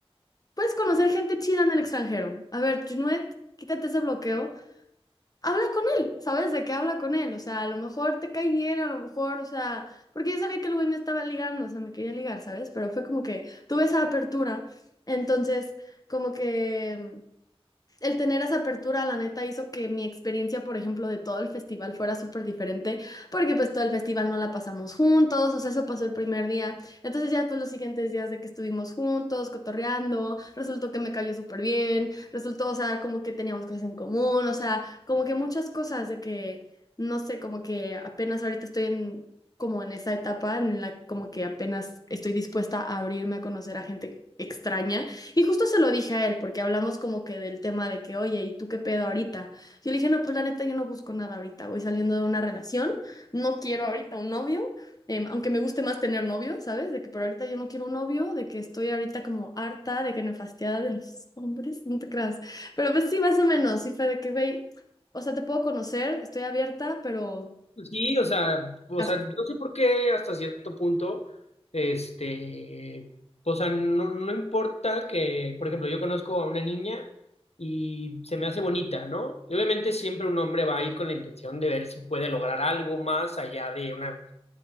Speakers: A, on the left (about 35°); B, on the left (about 85°).
A: puedes conocer gente chida en el extranjero. A ver, Junuet, quítate ese bloqueo habla con él, ¿sabes? De qué habla con él, o sea, a lo mejor te cae bien, a lo mejor, o sea, porque yo sabía que el güey me estaba ligando, o sea, me quería ligar, ¿sabes? Pero fue como que tuve esa apertura, entonces, como que... El tener esa apertura, la neta, hizo que mi experiencia, por ejemplo, de todo el festival fuera súper diferente, porque pues todo el festival no la pasamos juntos, o sea, eso pasó el primer día. Entonces ya pues los siguientes días de que estuvimos juntos, cotorreando, resultó que me cayó súper bien, resultó, o sea, como que teníamos cosas en común, o sea, como que muchas cosas de que, no sé, como que apenas ahorita estoy en, como en esa etapa en la como que apenas estoy dispuesta a abrirme a conocer a gente extraña. Y justo se lo dije a él, porque hablamos como que del tema de que, oye, ¿y tú qué pedo ahorita? Yo le dije, no, pues la neta, yo no busco nada ahorita, voy saliendo de una relación, no quiero ahorita un novio, em, aunque me guste más tener novio, ¿sabes? De que, pero ahorita yo no quiero un novio, de que estoy ahorita como harta, de que me nefastiada de los hombres, no te creas. Pero pues sí, más o menos, sí fue de que, güey, o sea, te puedo conocer, estoy abierta, pero
B: Sí, o sea, o
A: caso
B: sea, no sé por qué hasta cierto punto, este, o sea, no, no importa que, por ejemplo, yo conozco a una niña y se me hace bonita, ¿no? Y obviamente siempre un hombre va a ir con la intención de ver si puede lograr algo más allá de una